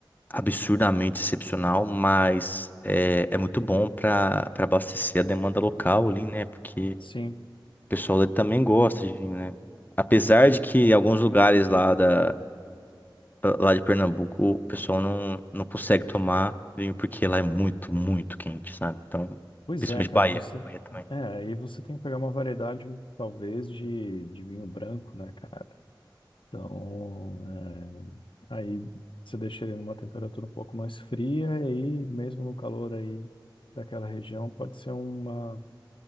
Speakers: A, on the left (about 20°); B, on the left (about 80°).
A: absurdamente excepcional, mas é, é muito bom para para abastecer a demanda local ali, né? Porque o
B: Sim.
A: pessoal ali também gosta de vinho, né? Apesar de que em alguns lugares lá da lá de Pernambuco o pessoal não, não consegue tomar vinho porque lá é muito, muito quente, sabe? Então,
B: Pois
A: principalmente
B: é, cara,
A: Bahia,
B: aí você,
A: Bahia também.
B: é, aí você tem que pegar uma variedade, talvez, de, de vinho branco, né, cara? Então, é, aí você deixa ele numa temperatura um pouco mais fria, e aí, mesmo no calor aí daquela região, pode ser uma,